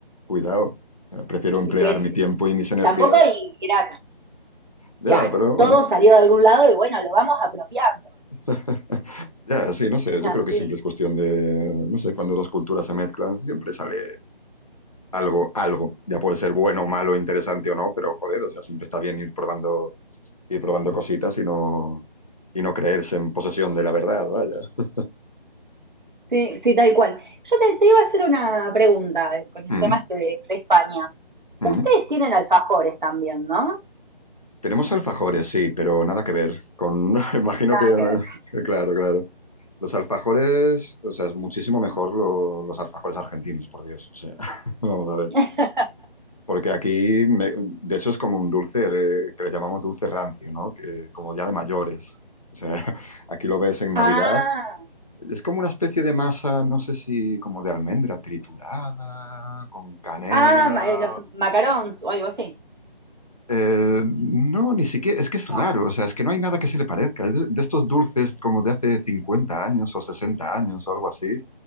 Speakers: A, on the left (about 40°); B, on the right (about 55°).
A: cuidado, eh, prefiero emplear
B: Y que
A: mi tiempo y mis energías.
B: tampoco y eran,
A: Ya,
B: claro,
A: pero bueno,
B: todo salió de algún lado y bueno, lo vamos apropiando.
A: <laughs> ya, sí, no sé,
B: Es
A: yo
B: así.
A: creo que siempre es cuestión de, no sé, cuando dos culturas se mezclan, siempre sale algo, algo. Ya puede ser bueno, malo, interesante o no, pero joder, o sea, siempre está bien ir probando, ir probando cositas y no, y no creerse en posesión de la verdad, vaya.
B: Sí, sí, tal cual. Yo te, te iba a hacer una pregunta eh, con el
A: Mm,
B: tema este de, de España. Ustedes
A: mm.
B: tienen alfajores también, ¿no?
A: Tenemos alfajores, sí, pero nada que ver con, <laughs> imagino
B: Nada
A: que, <laughs>
B: que ver.
A: claro, claro. Los alfajores, o sea, es muchísimo mejor lo- los alfajores argentinos, por Dios, o sea, <laughs> vamos a ver.
B: <laughs>
A: Porque aquí, me- de hecho, es como un dulce eh, que le llamamos dulce rancio, ¿no? Que como ya de mayores. O sea, <laughs> aquí lo ves en
B: Ah,
A: Navidad Es como una especie de masa, no sé si como de almendra triturada, con canela.
B: ah, ma- eh, los macarons o algo así.
A: Eh, no, ni siquiera, es que es
B: No.
A: raro, o sea, es que no hay nada que se le parezca. Es de, de estos dulces como de hace 50 años o 60 años o algo así,